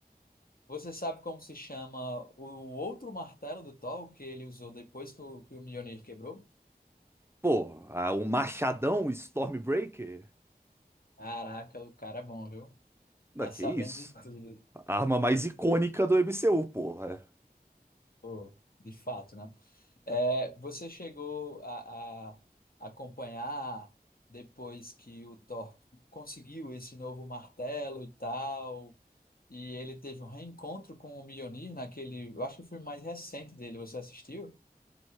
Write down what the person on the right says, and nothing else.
Pô, ah, o machadão Stormbreaker?
Da
que
isso?
A arma mais icônica do MCU, porra. é.